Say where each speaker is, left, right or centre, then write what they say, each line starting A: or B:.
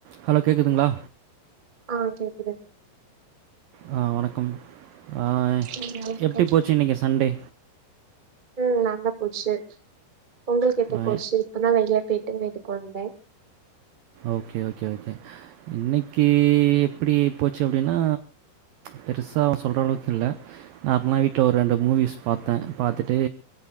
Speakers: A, on the right (about 85°); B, on the right (about 35°).
A: Hello கேக்குதுங்ளா
B: ஆ கேக்குது
A: ஆ வணக்கம் ஆ
B: ம் வணக்கம்
A: எப்டி போச்சு இன்னைக்கு சண்டே
B: ம் நல்லா போச்சு உங்களுக் எப்டி
A: ஆ,
B: போச்சு இப்பதா வெளிய பேயிட்டு வீட்டுக்கு வந்தே
A: ஓகே ஓகே ஓகே இன்னைக்கு எப்படி போச்சு அப்டின்னா பெருசா சொல்ற அளவுக்கு இல்ல நார்மலா வீட்ல ஒரு ரெண்டு
B: ம்
A: மூவிஸ் பாத்த பாத்துட்டு